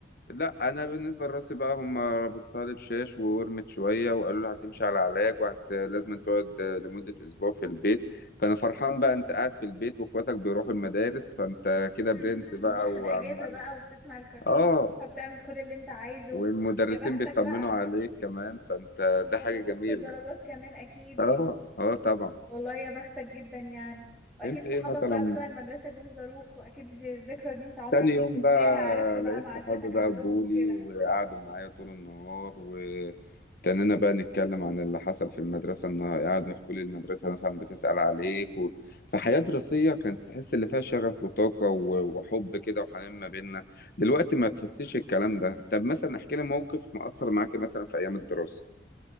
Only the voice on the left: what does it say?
لا انا بالنسبه لراسي بقى هم ربطتها لي بشاش وورمت شويه وقالوا لي هتمشي على علاج وهت لازم تقعد لمده اسبوع في البيت فانا فرحان بقى انت قاعد في البيت واخواتك بيروحوا المدارس فانت كده
برنس بقى
وعمال
اه
والمدرسين
بيطمنوا
عليك كمان فانت
ده حاجه جميله
اه اه طبعا
انت
ايه مثلا
تاني يوم
بقى
لقيت
صحابي بقى
جولي
وقعدوا معايا طول النهار وابتدينا بقى نتكلم عن اللي حصل في المدرسة إن قعدوا يحكوا لي المدرسة مثلا بتسأل عليك و... فحياة دراسية كانت تحس اللي فيها شغف وطاقة و... وحب كده وحنان ما بيننا دلوقتي ما تحسيش الكلام ده طب مثلا احكي لي موقف مأثر معاك مثلا في أيام الدراسة